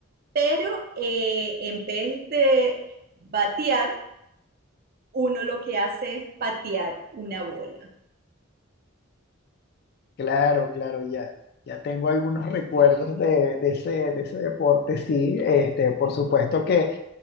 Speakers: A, on the right (about 45°); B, on the left (about 50°).
A: Pero eh, en vez de batear, uno lo que hace es patear una bola.
B: Claro, claro, ya, ya tengo algunos recuerdos de, de ese, de ese deporte, sí. Este, por supuesto que